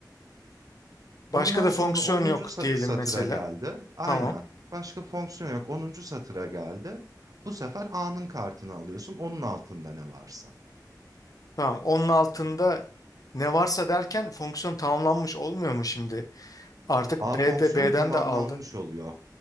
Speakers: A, on the left; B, on the right.
A: Başka
B: Ondan
A: da
B: sonra
A: fonksiyon
B: onuncu
A: yok
B: sa-
A: diyelim
B: satıra
A: mesela.
B: geldi. Aynen.
A: Tamam.
B: Başka fonksiyon yok. Onuncu satıra geldi. Bu sefer A'nın kartını alıyorsun. Onun altında ne varsa.
A: Tamam. Onun altında ne varsa derken fonksiyon tamamlanmış olmuyor mu şimdi? Artık
B: A
A: B'de
B: fonksiyonu
A: B'den
B: tamamlanmış
A: de aldı.
B: oluyor.